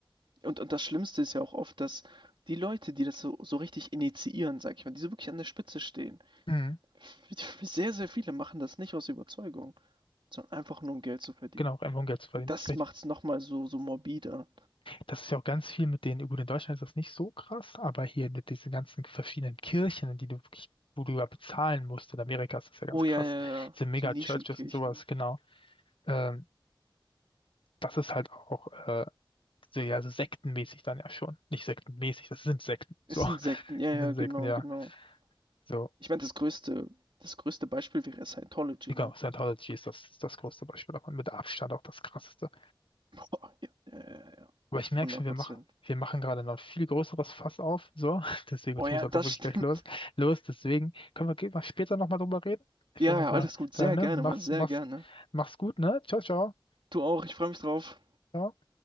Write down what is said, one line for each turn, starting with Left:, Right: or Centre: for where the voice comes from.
Right: Und, und das Schlimmste ist ja auch oft, dass die Leute, die das so, so richtig initiieren, sag ich mal, die so wirklich an der Spitze stehen,
Left: Mhm.
Right: <laughs> sehr, sehr viele machen das nicht aus Überzeugung, sondern einfach nur um Geld zu verdienen.
Left: Genau, einfach um Geld zu verdienen,
Right: Und das
Left: ist richtig.
Right: macht's nochmal so, so morbider.
Left: Das ist ja auch ganz viel mit denen, gut, in Deutschland ist das nicht so krass, aber hier mit diesen ganzen verschiedenen Kirchen, in die du wirklich, wo du ja bezahlen musst, in Amerika ist das ja ganz
Right: Oh
Left: krass,
Right: ja, ja, ja,
Left: diese Mega-Churches
Right: so Nischenkirchen.
Left: und sowas, genau. Ähm, das ist halt auch äh, so, ja, so sektenmäßig dann ja schon. Nicht sektenmäßig, das sind Sekten,
Right: Es
Left: so.
Right: sind
Left: <laughs>
Right: Sekten, ja, ja,
Left: Das sind
Right: genau,
Left: Sekten, ja.
Right: genau.
Left: So,
Right: Ich meine, das größte, das größte Beispiel wäre Scientology,
Left: genau,
Right: ne?
Left: Scientology ist das, das größte Beispiel davon, mit Abstand auch das krasseste.
Right: <laughs> Boah, ja, ja, ja, ja.
Left: Aber ich merke
Right: 100
Left: schon, wir
Right: Prozent.
Left: machen, wir machen gerade noch ein viel größeres Fass auf, so. <laughs> Deswegen, und
Right: Oh
Left: ich
Right: ja,
Left: muss jetzt
Right: das
Left: auch wirklich
Right: stimmt.
Left: gleich los. Los, deswegen können wir gehen wir später nochmal drüber reden. Ich
Right: Ja,
Left: würde
Right: ja,
Left: jetzt mal
Right: alles gut. Sehr
Left: sagen, ne?
Right: gerne,
Left: Mach's,
Right: Mann, sehr
Left: mach's,
Right: gerne.
Left: mach's gut, ne? Ciao, ciao.
Right: Du auch, ich freue mich drauf.
Left: Ciao.